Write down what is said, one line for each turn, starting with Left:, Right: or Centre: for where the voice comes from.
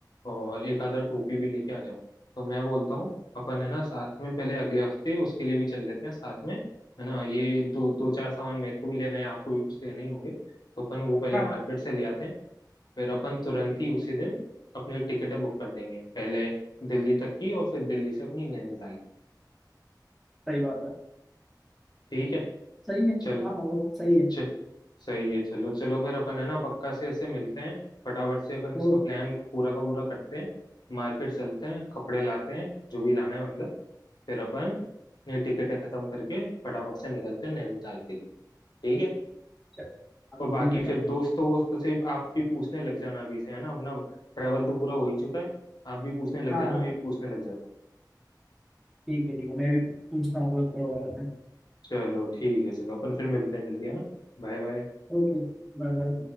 Left: और एक आधा टोपी भी लेके आ जाऊं तो मैं बोलता हूँ अपन है ना साथ में पहले अगले हफ्ते उसके लिए भी चल लेते हैं साथ में है ना ये दो दो चार सामान मेरे को भी लेना है आपको भी कुछ लेना ही होंगे तो अपन वो पहले
Centre: हाँ
Left: मार्केट से ले आते हैं फिर अपन तुरंत ही उसी दिन अपनी टिकटें बुक कर देंगे पहले दिल्ली तक की और फिर दिल्ली से अपनी नैनीताल की
Centre: सही बात है
Left: ठीक है
Centre: सही है
Left: चल
Centre: हाँ वो सही है
Left: च सही है चलो चलो फिर अपन है ना पक्का से ऐसे मिलते हैं फटाफट से अपन
Centre: तो
Left: इसका प्लान पूरा का पूरा करते हैं मार्केट चलते हैं कपड़े लाते हैं जो भी लाना है मतलब फिर अपन अपनी टिकटें खत्म करके फटाफट से निकलते हैं नैनीताल के लिए ठीक है
Centre: चल, हाँ,
Left: और बाकी
Centre: ठीक है भाई
Left: फिर दोस्तों वोस्तों से आप भी पूछने लग जाना अभी से है ना अपना ट्रैवल तो पूरा हो ही चुका है आप भी पूछने लग
Centre: हाँ
Left: जाना मैं भी पूछने लग जाता हूँ
Centre: ठीक है ठीक है मैं भी पूछता हूँ बहुत परिवार में
Left: चलो ठीक है चलो अपन फिर मिलते हैं जल्दी है ना Bye bye
Centre: Okay bye bye